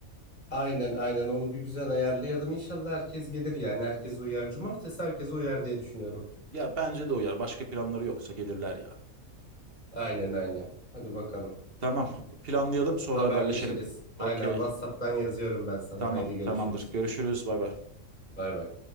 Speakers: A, on the left; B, on the right.
A: Aynen aynen onu bir güzel ayarlayalım. İnşallah herkes gelir yani herkes uyar. Cumartesi herkes uyar diye düşünüyorum.
B: Ya bence de uyar. Başka planları yoksa gelirler ya.
A: Aynen aynen. Hadi bakalım.
B: Tamam. Planlayalım sonra
A: Haberleşiriz.
B: haberleşelim. Okey.
A: Aynen WhatsApp'tan yazıyorum ben sana.
B: Tamam,
A: Haydi görüşürüz.
B: tamamdır. Görüşürüz. Bay bay.
A: Bay bay.